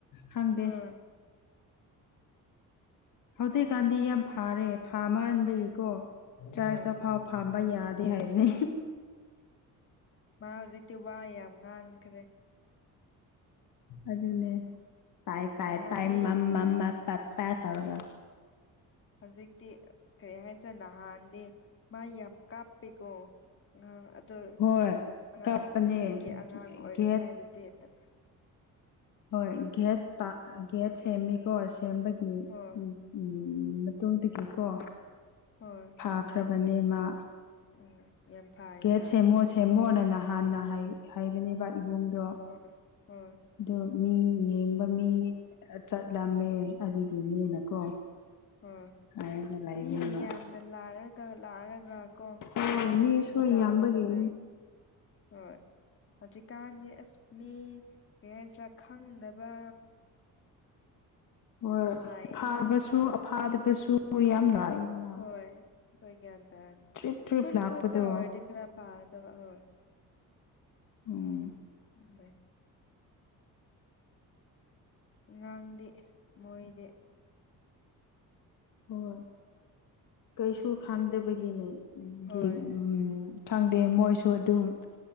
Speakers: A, on the left; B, on the left.
A: ꯈꯪꯗꯦ
B: ꯍꯣꯏ
A: ꯍꯧꯖꯤꯛꯀꯥꯟꯗꯤ ꯌꯥꯝ ꯐꯔꯦ ꯐꯥꯃꯟꯕꯒꯤꯀꯣ ꯆꯥꯔꯁꯇꯐꯥꯎ
B: ꯍꯣꯏ
A: ꯐꯥꯝꯕ ꯌꯥꯗꯦ ꯍꯥꯏꯕꯅꯦ
B: ꯃꯥ ꯍꯧꯖꯤꯛꯇꯤ ꯋꯥ ꯌꯥꯝ ꯉꯥꯡꯈ꯭ꯔꯦ
A: ꯑꯗꯨꯅꯦ ꯄꯥꯏ ꯄꯥꯏ
B: ꯅꯍꯥꯟꯗꯤ
A: ꯄꯥꯏ ꯃꯝ ꯃꯝ ꯃ ꯄꯥ ꯄꯥ ꯇꯧꯔꯒ
B: ꯑꯥ ꯍꯧꯖꯤꯛꯇꯤ ꯀꯔꯤ ꯍꯥꯏꯁꯤꯔ ꯅꯍꯥꯟꯗꯤ ꯃꯥ ꯌꯥꯝ ꯀꯥꯞꯄꯦꯀꯣ ꯑꯉꯥꯡ ꯑꯣ
A: ꯍꯣꯏ
B: ꯑꯉꯥꯡ
A: ꯀꯞꯄꯅꯦ
B: ꯑꯁꯤꯗꯒꯤ ꯑꯉꯥꯡ ꯑꯣꯏꯔꯤꯉꯩꯗꯗꯤ
A: ꯒꯦꯠ
B: ꯑꯁ
A: ꯍꯣꯏ ꯒꯦꯠꯇ ꯒꯦꯠ ꯁꯦꯝꯃꯤꯀꯣ ꯁꯦꯝꯕꯒꯤ
B: ꯍꯣꯏ
A: ꯎꯝ ꯎꯝ ꯃꯇꯨꯡꯗꯒꯤꯀꯣ
B: ꯍꯣꯏ
A: ꯐꯥꯈ꯭ꯔꯕꯅꯦ ꯃꯥ
B: ꯎꯝ ꯌꯥꯝ ꯐꯥꯏꯅ
A: ꯒꯦꯠ ꯁꯦꯃꯣ ꯁꯦꯝꯃꯣꯅ ꯅꯍꯥꯟꯅ ꯍꯥꯏꯕꯅꯦꯕ ꯏꯕꯨꯡꯗꯣ
B: ꯍꯣꯏ ꯍꯣꯏ
A: ꯑꯗꯣ ꯃꯤ ꯌꯦꯡꯕ ꯃꯤ ꯆꯠꯂꯝꯃꯦ ꯑꯗꯨꯒꯤꯅꯦꯅꯀꯣ
B: ꯑꯣ
A: ꯍꯥꯏꯔꯒ ꯂꯩꯕꯅꯦꯕ
B: ꯃꯤ ꯃꯌꯥꯝꯅ ꯂꯥꯔꯒ ꯂꯥꯛꯑꯔꯒ ꯀꯣ
A: ꯍꯣꯏ ꯃꯤꯁꯨ
B: ꯑꯗꯨꯝ ꯇꯥꯎꯔꯒ
A: ꯌꯥꯝꯕꯒꯤꯅꯤ
B: ꯂꯩ ꯍꯣꯏ ꯍꯧꯛꯀꯥꯟꯅꯤ ꯑꯁ ꯃꯤ ꯀꯔꯤ ꯍꯥꯏꯁꯤꯔꯥ ꯈꯪꯗꯕ
A: ꯍꯣꯏ
B: ꯂꯥꯛꯑꯦꯅ
A: ꯐꯥꯕꯁꯨ ꯑꯐꯥꯗꯕꯁꯨ ꯌꯥꯝ ꯂꯥꯏꯗꯅ
B: ꯍꯣꯏ ꯑꯩꯈꯣꯏ ꯒ꯭ꯌꯥꯟ ꯇꯥꯅꯤ
A: ꯇ꯭ꯔꯤꯞ ꯇ꯭ꯔꯤꯞ
B: ꯈꯨꯟ
A: ꯂꯥꯛꯄꯗꯣ
B: ꯈꯛꯇ ꯑꯣꯏꯔꯗꯤ ꯈꯔ ꯐꯥꯒꯗꯕ ꯍꯣꯏ
A: ꯎꯝ
B: ꯎꯗꯦ ꯑꯉꯥꯡꯗꯤ ꯃꯣꯏꯗꯤ
A: ꯍꯣꯏ ꯀꯩꯁꯨ ꯈꯥꯡꯗꯕꯒꯤꯅꯦ
B: ꯍꯣꯏ
A: ꯎꯝ ꯈꯪꯗꯦ ꯃꯣꯏꯁꯨ ꯑꯗꯨꯝ